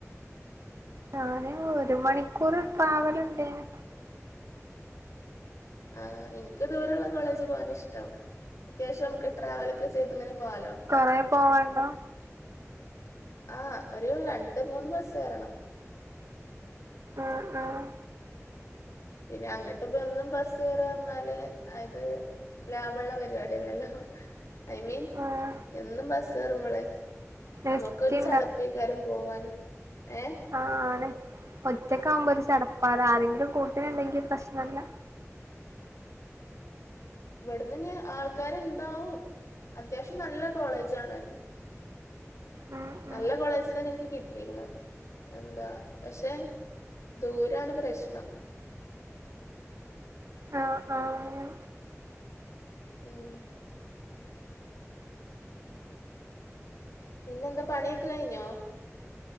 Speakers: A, on the right; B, on the left.
A: ഞാന് ഒരു മണിക്കൂറ് ട്രാവലിണ്ടേന്
B: അഹ് എനിക്ക് ദൂരയുള്ള കോളേജി പോകാനാ ഇഷ്ടം അത്യാവശ്യം നമുക്ക് ട്രാവലൊക്കെ ചെയ്തിങ്ങനെ പോവാലോ
A: കൊറേ പോവാണ്ടോ
B: ആഹ് ഒരു രണ്ട് മൂന്ന് ബസ്സ് കേറണം
A: അഹ് ആഹ്
B: പിന്നെ അങ്ങട്ടിപ്പ എന്നും ബസ് കേറാന്ന് പറഞ്ഞാല് അത് ലാഭള്ള പരിപാടിയല്ലല്ലൊ ഐ മീൻ
A: ആഹ്
B: എന്നും ബസ് കെയറുമ്പളെ നമുക്കൊരു
A: എസ് ടി
B: ചടപ്പേക്കാരും പോവാനും ഏഹ്
A: ആഹ് ആണ് ഒറ്റക്കാവുമ്പൊ ഒരു ചടപ്പാണ് ആരെങ്കിലും കൂട്ടിനിണ്ടെങ്കി പ്രശ്നില്ല
B: ഇവിടുന്നിനി ആൾക്കാരിണ്ടാവും അത്യാവശ്യം നല്ല കോളേജാണ്
A: ഉം
B: നല്ല
A: ഉം
B: കോളേജിലന്നെ എനിക്ക് കിട്ടീക്കണ് എന്താ പക്ഷെ ദൂരാണ് പ്രശ്നം
A: ആഹ് ആഹ്
B: ഉം പിന്നെന്ത പണിയൊക്കെ കഴിഞ്ഞോ